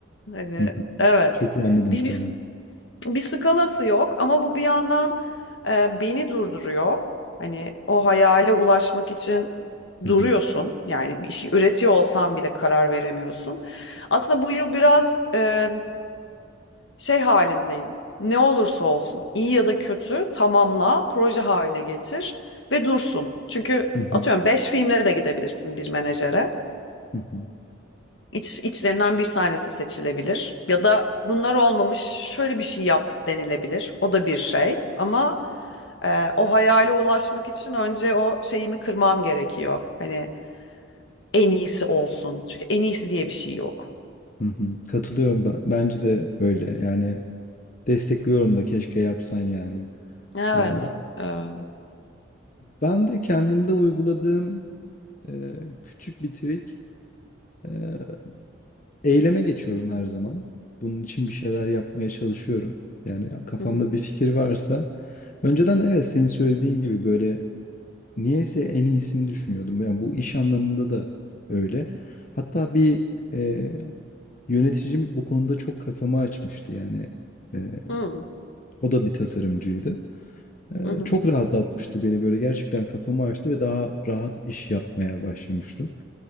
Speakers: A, on the left; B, on the left.
A: Hani
B: Hı hı.
A: evet.
B: Çok iyi anladım
A: Biz,
B: seni.
A: biz bir skalası yok ama bu bir yandan e, beni durduruyor. Hani o hayale ulaşmak için
B: Hı
A: duruyorsun.
B: hı.
A: Yani bir şey üretiyor olsan bile karar veremiyorsun. Aslında bu yıl biraz e, şey halindeyim. Ne olursa olsun, iyi ya da kötü tamamla, proje haline getir ve dursun. Çünkü
B: Hı hı.
A: atıyorum 5 filmle de gidebilirsin bir menajere.
B: Hı hı.
A: İç, içlerinden bir tanesi seçilebilir. Ya da bunlar olmamış şöyle bir şey yap denilebilir. O da bir şey. Ama e, o hayale ulaşmak için önce o şeyimi kırmam gerekiyor. Hani en iyisi olsun. Çünkü en iyisi diye bir şey yok.
B: Hı hı. Katılıyorum ben. Bence de öyle. Yani destekliyorum da keşke yapsan yani.
A: Evet.
B: Eee,
A: Ee, hmm,
B: ben de kendimde uyguladığım eee, küçük bir trik. eee, eyleme geçiyorum her zaman. Bunun için bir şeyler yapmaya çalışıyorum. Yani kafamda
A: hı,
B: bir fikir varsa önceden evet senin söylediğin gibi böyle niyeyse en iyisini düşünüyordum. Yani bu iş anlamında da öyle. Hatta bir e, Yöneticim bu konuda çok kafamı açmıştı yani. Ee,
A: hı Hmm.
B: o da bir tasarımcıydı. Ee,
A: hı, hı
B: çok rahatlatmıştı beni böyle gerçekten kafamı açtı ve daha rahat iş yapmaya başlamıştım.